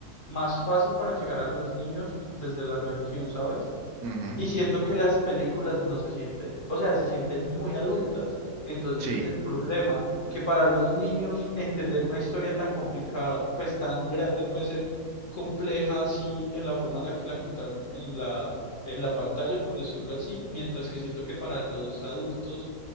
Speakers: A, on the left (about 35°); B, on the right (about 70°).
A: más fácil para llegar a los niños desde la religión, ¿sabes?
B: ujú,
A: Y
B: ujú,
A: siento que las películas no se sienten, o sea, se sienten muy adultas. Entonces
B: sí,
A: es el problema, que para los niños entender una historia tan complicada, pues tan grande, puede ser compleja así en la forma en la que la contaron en la, en la pantalla, por decirlo así, mientras que siento que para los adultos,